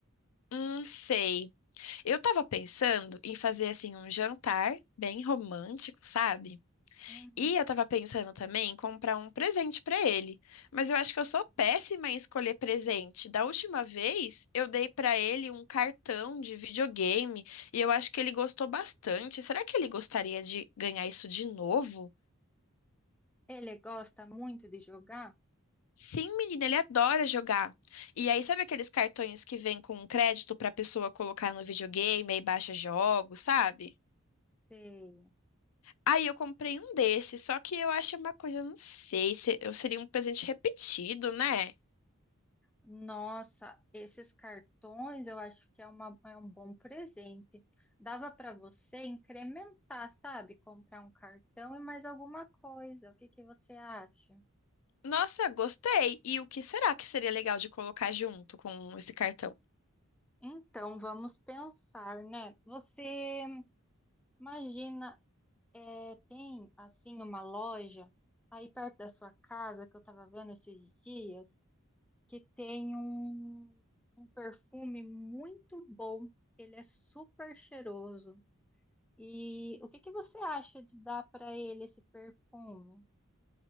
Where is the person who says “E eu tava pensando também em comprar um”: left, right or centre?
Left